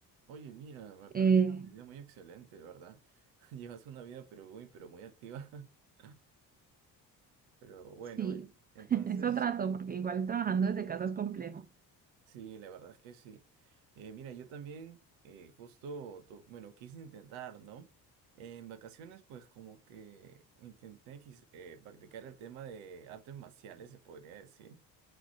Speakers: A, on the right; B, on the right.
A: Oye, mira, me
B: Eh,
A: parece una idea muy excelente, ¿verdad? <laughs> Llevas una vida pero muy, pero muy activa. <laughs> Pero bueno,
B: Sí,
A: eh, entonces...
B: <laughs> eso trato, porque igual trabajando desde casa es complejo.
A: Sí, la verdad es que sí. Eh, mira, yo también eh, justo, tu- bueno, quise intentar, ¿no? En vacaciones, pues como que intenté quis- eh, practicar el tema de artes marciales, se podría decir.